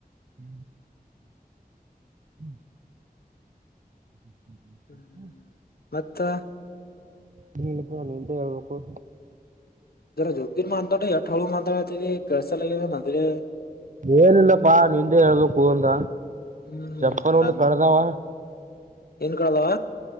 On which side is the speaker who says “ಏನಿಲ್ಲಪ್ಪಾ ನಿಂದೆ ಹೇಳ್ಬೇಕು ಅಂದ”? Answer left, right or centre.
Right